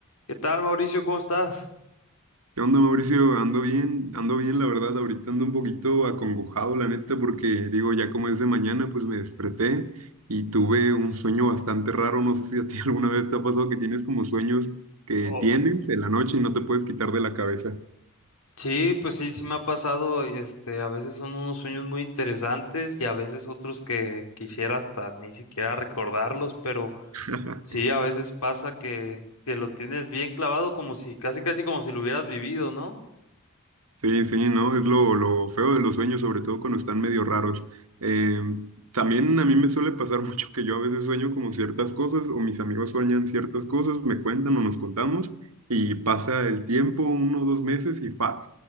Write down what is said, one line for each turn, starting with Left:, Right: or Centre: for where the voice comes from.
Left: ¿Qué tal, Mauricio? ¿Cómo estás?
Right: ¿Qué onda, Mauricio? Ando bien, ando bien, la verdad. Ahorita ando un poquito acongojado, la neta, porque digo, ya como es de mañana, pues me desperté y tuve un sueño bastante raro. No sé si a ti <laughs> alguna vez te ha pasado que tienes como sueños que
Left: Oh,
Right: tienes en la noche y no te puedes quitar de la cabeza.
Left: sí, pues sí, sí me ha pasado, y, este, a veces son unos sueños muy interesantes y a veces otros que quisiera hasta ni siquiera recordarlos, pero
Right: <laughs>
Left: sí, a veces pasa que, que lo tienes bien clavado como si, casi casi como si lo hubieras vivido, ¿no?
Right: Sí, sí, ¿no? Es lo, lo feo de los sueños, sobre todo cuando están medio raros. Eh, también a mí me suele pasar <laughs> mucho que yo a veces sueño como ciertas cosas o mis amigos sueñan ciertas cosas, me cuentan o nos contamos y pasa el tiempo, uno o dos meses y fa,